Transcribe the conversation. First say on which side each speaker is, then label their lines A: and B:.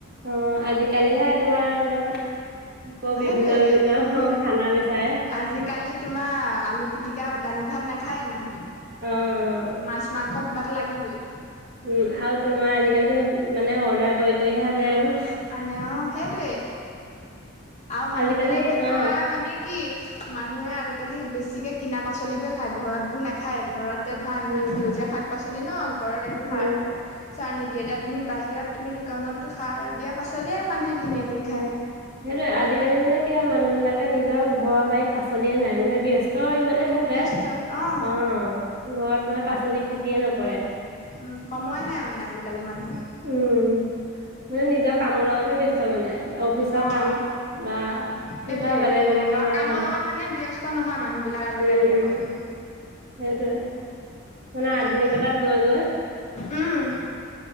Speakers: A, on the right; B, on the left.
A: অঁ আজিকালিহে তোমাৰ একদম ক বিভিন্ন
B: সেইটোয়ে
A: বিভিন্ন
B: উম,
A: খানা বিচাৰে।
B: আজিকালি তোমাৰ আলু পিটিকা দালি ভাত নাখায়েই মানুহে।
A: অঁ অঁ।
B: মাছ মাংস কিবা এটা লাগিবই।
A: উম আৰু তোমাৰ আজিকালিটো মানে অৰ্ডাৰ কৰি কৰিহে আনে আৰু।
B: আনে অঁ সেইটোৱে আৰু মানুহ
A: আজিকালি
B: বিলাকে ধৰা
A: অ
B: মানে কি মানুহে আজিকালি বেছিকে কিনা পাচলিবোৰে খায় ঘৰত বোৰ নাখায় ঘৰত এতিয়া ধৰা ইমান
A: উম
B: সেউজীয়া
A: উম
B: শাক পাচলি ন ঘৰত একো
A: উম
B: সাৰ চাৰ নি দিয়ে এতিয়া তুমি বাহিৰত তুমি দোকানতো সাৰ দিয়া পাছলিয়ে মানুহে কিনি আনি
A: উম
B: খায়।
A: সেইটোয়ে আজিকালি মানে কি হয় মানুহ বিলাকে নিজৰ ঘৰৰ বাৰীত পাচলিয়ে নাই মানে ব্য স্ত ইমানেই থাকে
B: ব্যস্ত অ'
A: অঁ ঘৰত মানে পাচলি খেতিয়ে নকৰে।
B: উম, সময় নাই মানে আজিকালি মানুহৰ।
A: উম, মানে নিজৰ কামৰ লগতহে ব্যস্ত মানে। অফিচৰ
B: অ',
A: কাম বা
B: সেইটোয়ে
A: কিবা বেলেগ
B: ঘৰুৱা
A: বেলেগ কামত
B: কামৰ
A: অ',
B: লগত মানে ব্যস্ত নহয় মানুহ বিলাক আজিকালি
A: উম, উম,
B: অকল।
A: সেইটোৱে, মানে আধুনিকতাত
B: তাকে
A: গৈ গৈ।
B: উম